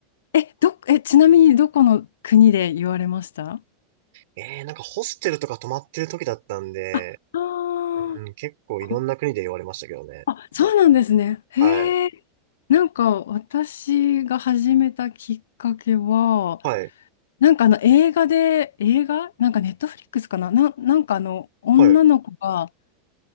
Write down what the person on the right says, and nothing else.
えー、なんかホステルとか泊まってる時だったんで、
うん、
結構いろんな国で言われましたけどね。
はい。
はい。
はい。